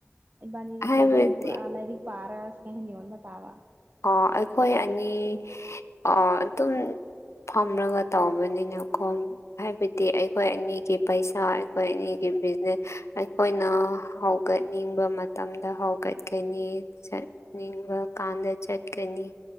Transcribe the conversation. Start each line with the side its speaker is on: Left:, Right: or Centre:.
Right: ꯏꯕꯥꯅꯤꯅꯤ
Left: ꯍꯥꯏꯕꯗꯤ
Right: ꯇꯦꯕꯜ ꯄꯨꯔꯥ ꯑꯂꯥꯏꯔꯤ ꯄꯥꯔꯥꯁ ꯀꯩꯅꯤꯉꯗ ꯇꯥꯕ
Left: ꯑ ꯑꯩꯈꯣꯏ ꯑꯅꯤ ꯑ ꯑꯗꯨꯝ ꯐꯝꯂꯒ ꯇꯧꯕꯅꯤꯅ ꯈꯣ ꯍꯥꯏꯕꯗꯤ ꯑꯩꯈꯣꯏ ꯑꯅꯤꯒꯤ ꯄꯩꯁꯥ ꯑꯩꯈꯣꯏ ꯑꯅꯤꯒꯤ ꯕꯤꯅꯦ ꯑꯩꯈꯣꯏꯅ ꯍꯧꯒꯠꯅꯤꯡꯕ ꯃꯇꯝꯗ ꯍꯧꯒꯠꯀꯅꯤ ꯅꯤꯡꯕ ꯀꯥꯟꯗ ꯆꯠꯀꯅꯤ